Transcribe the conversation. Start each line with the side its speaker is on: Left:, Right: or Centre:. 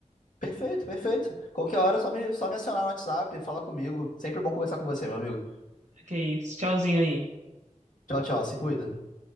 Left: Perfeito, perfeito. Qualquer hora, é só me, só me acionar no WhatsApp, falar comigo. Sempre bom conversar com você, meu amigo.
Right: Ok, tchauzinho aí.
Left: Tchau, tchau. Se cuida.